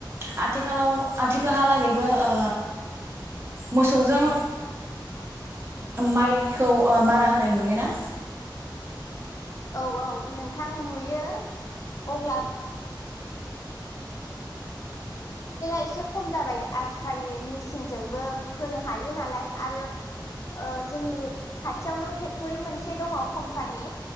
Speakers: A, on the right (about 30°); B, on the left (about 40°).
A: आथिखालाव आथिखालहालागैबो ओ मोसौजों माइखौ मारा होनाय नुयोना?
B: औ औ नोंथां नुयो। अब्ला एसे खम जाबाय आजिखालि मेसिनजोंबो होनो हायो नालाय आरो ओ जोंनि खाथियावनो फेक्टरि मोनसे दङ कम्पानि